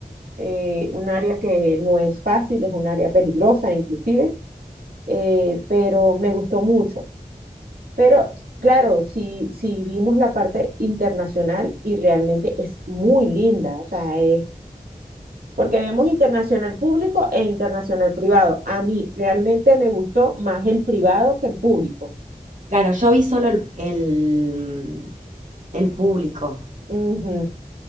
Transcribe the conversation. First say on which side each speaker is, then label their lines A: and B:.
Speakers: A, on the right; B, on the right.
A: eh, un área que no es fácil, es un área peligrosa inclusive, eh, pero me gustó mucho. Pero claro, si, si vimos la parte internacional y realmente es muy linda, o sea, es, porque vemos internacional público e internacional privado. A mí realmente me gustó más el privado que el público.
B: Claro, yo vi solo el, el, el público
A: Ujú.